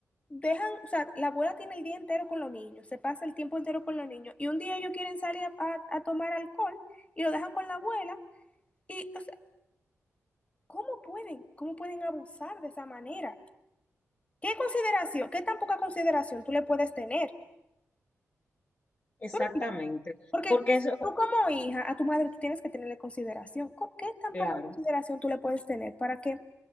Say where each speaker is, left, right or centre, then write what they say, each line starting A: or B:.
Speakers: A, on the left (about 25°); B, on the left (about 40°).
A: dejan, o sea, la abuela tiene el día entero con los niños, se pasa el tiempo entero con los niños, y un día ellos quieren salir a, a- a tomar alcohol y lo dejan con la abuela, y, o sea, ¿cómo pueden? ¿Cómo pueden abusar de esa manera? ¿Qué consideración, qué tan poca consideración tú le puedes tener?
B: exactamente,
A: ¿Tú lo entiendes? Porque
B: porque eso,
A: tú como hija, a tu madre tú tienes que tenerle consideración. ¿Con ¿Qué tan
B: claro,
A: poca consideración tú le puedes tener para que